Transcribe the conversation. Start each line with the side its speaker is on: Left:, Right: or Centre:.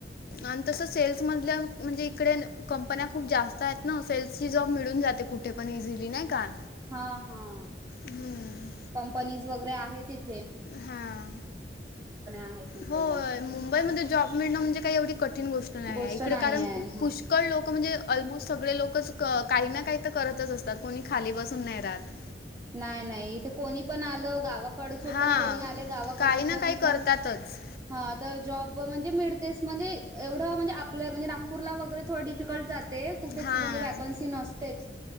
Left: आन तसं सेल्स मधल्या, म्हणजे इकडे कंपन्या खूप जास्त आहेत ना, सेल्सची जॉब मिळून जाते, कु ठे पण ईझिली, नही का?
Right: हां हां,
Left: हम्म.
Right: कंपनीज वैगेरे आहे, तीत
Left: हां,
Right: आहेत मुंबईला
Left: हो मुंबईमध्ये जॉब मिळणं, म्हणजे काही एवढी कठीण गोष् नाय,
Right: गोष्ट
Left: इकडे
Right: नाही
Left: कारण,
Right: आहे
Left: पुष्कळ लोक लोक म्हणजे ऑलमोस्ट सगळे लोक च काइ ना काइ त करतच असतात कोणी खाली बसून नाई रातं.
Right: नाय नाय इत कोणी पण आलं गावात कडचे
Left: हां
Right: पण कोणी आले गावाकडून
Left: काही ना
Right: पण
Left: काही करतातच
Right: तर हा तर जॉब म्हणजे मिडतेस म्हणजे एवढं म्हणजे आपलं म्हणजे नागपूरला वगैरे थोड डी डिफिकल्ट जाते कुठेच
Left: हां
Right: म्हणजे वॅकन्सी नसतेच